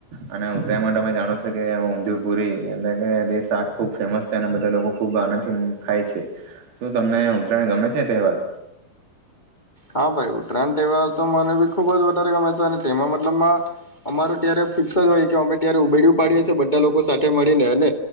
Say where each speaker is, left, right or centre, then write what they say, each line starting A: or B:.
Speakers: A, on the right; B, on the left.
A: અને ઉત્તરાયણ માટેમે જાણો છો કે ઉંધુપુરી એટલે કે શાક ખુબ ફેમસ છે અને બધા લોકો ખુબ આનાથી ખાય છે શું તમને ઉતરાયને ગમે છે તહેવાર
B: હા ભાઈ ઉત્તરાયણ તહેવાર તો મને બી ખુબ જ વધારે ગમે છે અને તેમાં મતલબમાં અમારું ત્યારે ફિક્સ જ હોય કે અમે ત્યારે ઉબેડું પાડીએ છેએ બધા લોકો સાથે મળીને અને